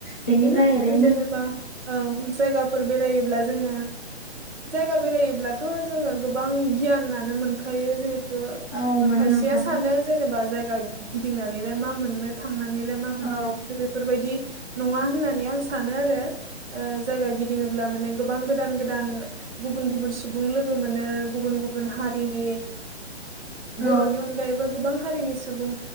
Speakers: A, on the left (about 15°); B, on the right (about 80°).
A: बेनिफ्राय
B: बिदिनो
A: ओरैनो
B: जेनेबा औ जायगाफोर बेरायोब्ला जोङो जायगा बेरायोब्लाथ‌ जोङो गोबां गियानानो मोनखायो जे
A: औ मोनो
B: खायसेया
A: नोंथां
B: सानो जेनेबा जाय गिदिंनानैलाय मा मोननो थांना लाय मा मोननो
A: औ
B: खिन्थु बेफोरबायदि नङा होननानै आं सानो आरो जायगा गिदिङोब्ला माने गोबां गोदान गोदान गुबुन गुबुन सुबुं लोगो मोनो गुबुन गुबुन हारिनि
A: औ
B: बरनि अनगायैबो गोबां हारिनि सुबुं